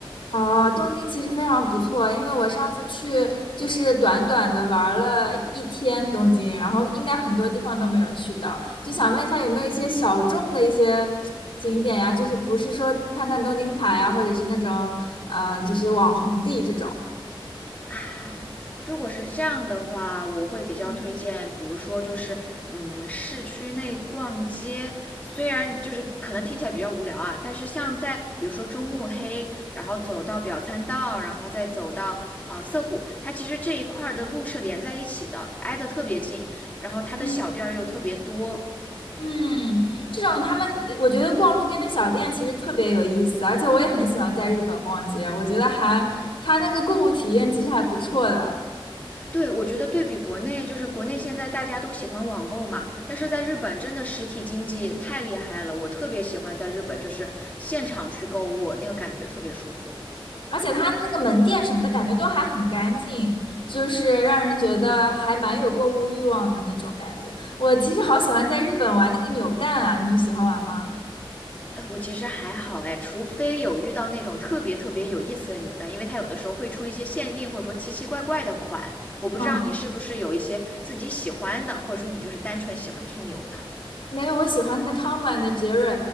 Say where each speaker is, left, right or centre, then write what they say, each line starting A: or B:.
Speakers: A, on the left; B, on the left.
A: 哦，东京其实非常不错，因为我上次去就是短短的玩了一天东京，然后应该很多地方都没有去到，就想问一下有没有一些小众的一些景点呀？就是不是说看看东京塔呀，或者是那种呃，就是网红地这种。
B: 啊，如果是这样的话，我会比较推荐，
A: 嗯
B: 比如说就是，嗯，市区内逛街，虽然就是可能听起来比较无聊啊，但是像在比如说中目黑，然后走到表参道，然后再走到呃涩谷，它其实这一块儿的路是连在一起的，挨得特别近，然后它的小店儿又特别多。
A: 嗯嗯，这种他们我觉得逛路边的小店其实特别有意思，而且我也很喜欢在日本逛街，我觉得还它那个购物体验其实还不错的。
B: 对，我觉得对比国内，就是国内现在大家都喜欢网购嘛，但是在日本真的实体经济太厉害了，我特别喜欢在日本就是现场去购物，那个感觉特别舒服。
A: 而且它那个门店什么的感觉都还很干净，就是让人觉得还蛮有购物欲望的那种感觉。我其实好喜欢在日本玩那个扭蛋啊，你喜欢玩吗？
B: 哎，我其实还好哎，除非有遇到那种特别特别有意思的扭蛋，因为它有的时候会出一些限定或者说奇奇怪怪的款，我不知道你是不是有一些自己喜欢的，
A: 嗯，
B: 或者说你就是单纯喜欢去扭它。
A: 没有，我喜欢那个汤姆的杰瑞，